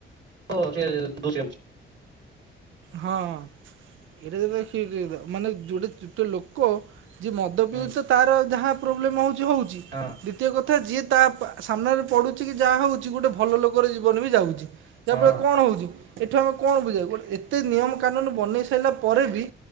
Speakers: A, on the right; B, on the right.
A: <unintelligible>
B: ହଁ <unintelligible> ମାନେ ଯୋଡ଼େ ଯୋଟେ ଲୋକ ଯିଏ ମଦ
A: ହୁଁ
B: ପିଉଛି ତ ତାର ଯାହା ପ୍ରୋବ୍ଲେମ ହଉଛି ହଉଛି
A: ହଁ।
B: ଦ୍ଵିତୀୟ କଥା ଯିଏ ତା ପ ସାମ୍ନାରେ ପଡୁଛି କି ଯାହା ହଉଛି ଗୋଟେ ଭଲ ଲୋକର ଜୀବନ ବି ଯାଉଛି। ଯାହାଫଳରେ
A: ହଁ
B: କଣ ହଉଛି ଏଠୁ ଆମେ କଣ ବୁଝ ଗୋଟେ ଏତେ ନିୟମ କାନୁନ ବନେଇ ସାରିଲା ପରେ ବି